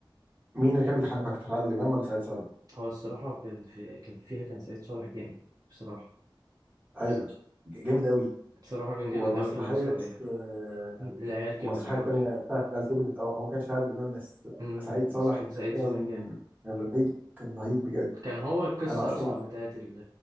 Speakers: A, on the right (about 20°); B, on the right (about 45°).
A: مين اللي كان بيضحكك اكتر عادل امام ولا سعيد صالح؟
B: هو الصراحة كان في كان فيها كان سعيد صالح جامد بصراحة
A: ايوه ج- جامد قوي
B: بصراحة كان جامد
A: ومسرحيه
B: أوي في المسرحية
A: آه
B: أمم، العيال كبرت
A: ومسرحيه
B: برضه
A: تانيه بتاعت العيال كبرت اه هو ما كانش فيها عادل امام بس
B: امم
A: سعيد صالح
B: بس كان سعيد
A: كان
B: صالح جامد
A: كان رهيب كان رهيب بجد
B: كان هو القصة
A: انا اصلا
B: أصلا بتاعت ال-